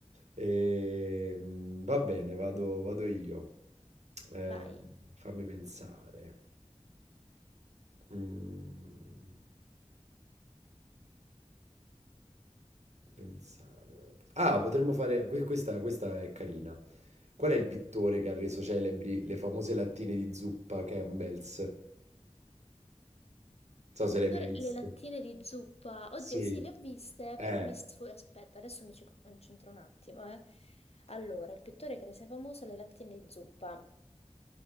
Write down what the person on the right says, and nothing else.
Ehm, va bene, vado, vado io. Eh,
fammi pensare. Mm, pensare. Ah, potremmo fare... que- Questa, questa è carina. Qual è il pittore che ha reso celebri le famose lattine di zuppa Campbell's? Non so se le hai
mai viste.
Sì,
eh,